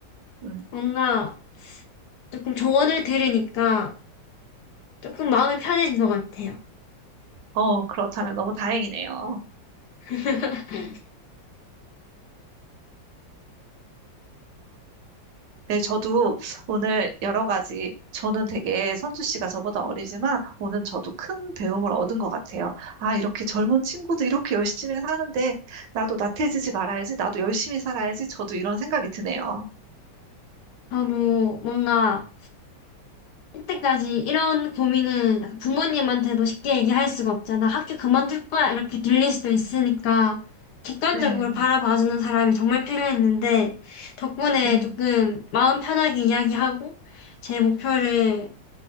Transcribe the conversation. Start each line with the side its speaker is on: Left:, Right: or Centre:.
Right: 음.
Left: 뭔가 조금 조언을 들으니까 조금 마음이 편해진 것 같아요.
Right: 어, 그렇다면 너무 다행이네요.
Left: <laughs>
Right: 네, 저도 오늘 여러 가지, 저는 되게 선주 씨가 저보다 어리지만 오늘 저도 큰 배움을 얻은 것 같아요. 아, 이렇게 젊은 친구도 이렇게 열심히 사는데 나도 나태해지지 말아야지, 나도 열심히 살아야지, 저도 이런 생각이 드네요.
Left: 저도 뭔가 이때까지 이런 고민은 약간 부모님한테도 쉽게 얘기할 수가 없잖아. 학교 그만둘 거야. 이렇게 들릴 수도 있으니까 객관적으로
Right: 네,
Left: 바라봐주는 사람이 정말 필요했는데 덕분에
Right: 네,
Left: 조금 마음 편하게 이야기하고 제 목표를